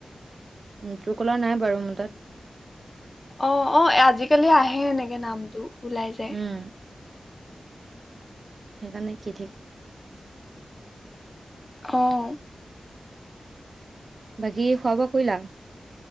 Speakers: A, on the right; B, on the left.
A: উ, ত্ৰোকলাৰ‌ নাই বাৰু মোৰ তাত।
B: অ, অ, আজিকালি আহে এনেকে নামটো। ওলাই যায়।
A: উম সেইকাৰণে কি ঠিক?
B: অ'।
A: বাকী খোৱা-বোৱা কৰিলা?